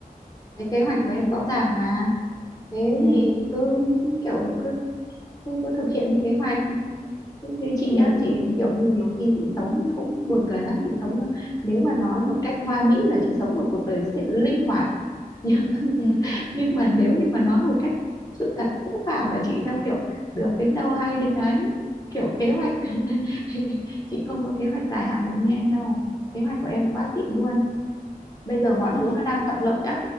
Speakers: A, on the left; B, on the right.
A: cái kế hoạch của em rõ ràng mà thế
B: ừ
A: thì cứ cứ kiểu cứ cứ cứ thực hiện như kế hoạch như chị
B: ừ
A: á chị kiểu như nhiều khi chị sống cũng buồn cười lắm chị sống nhá. nếu mà nói một cách hoa mỹ là chị sống một cuộc đời sự linh hoạt nhưng <laughs>
B: Ừ.
A: nhưng mà nếu như mà nói một cách sự thật phũ phàng là chị theo kiểu được đến đâu hay đến đấy kiểu kế hoạch <laughs> chị không có kế hoạch dài hạn được như em đâu kế hoạch của em quá xịn luôn bây giờ mọi
B: Ờ,
A: thứ nó đang thuận lợi á